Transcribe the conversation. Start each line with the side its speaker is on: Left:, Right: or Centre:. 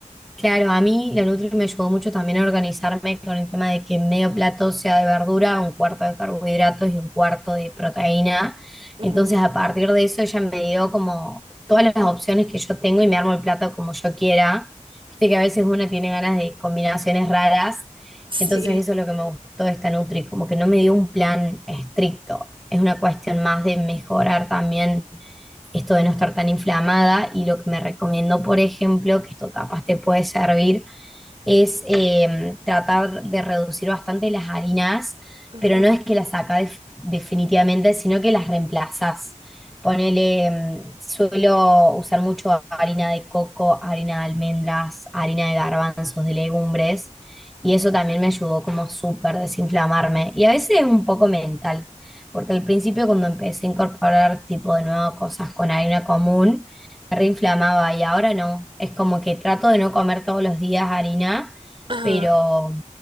Centre: Claro, a mí la Nutri me ayudó mucho también a organizarme con el tema de que medio plato sea de verdura, un cuarto de carbohidratos y un cuarto de proteína.
Right: Ujú,
Centre: Entonces, a partir de eso, ella me dio como todas las opciones que yo tengo y me armo el plato como yo quiera. Viste que a veces uno tiene ganas de combinaciones raras.
Right: Sí.
Centre: Entonces, eso es lo que me gustó de esta Nutri, como que no me dio un plan estricto. Es una cuestión más de mejorar también esto de no estar tan inflamada y lo que me recomendó, por ejemplo, que esto capaz te puede servir, es eh, tratar de reducir bastante las harinas,
Right: ujú.
Centre: pero no es que las sacas definitivamente, sino que las reemplazas. Ponele, mm, suelo usar mucho harina de coco, harina de almendras, harina de garbanzos, de legumbres, y eso también me ayudó como súper desinflamarme. Y a veces es un poco mental, porque al principio cuando empecé a incorporar tipo de nuevo cosas con harina común, reinflamaba y ahora no. Es como que trato de no comer todos los días harina,
Right: Ajá.
Centre: pero